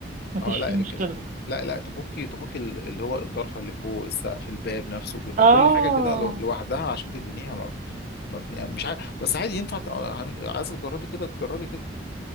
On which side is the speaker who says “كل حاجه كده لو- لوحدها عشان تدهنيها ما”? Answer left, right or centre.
Left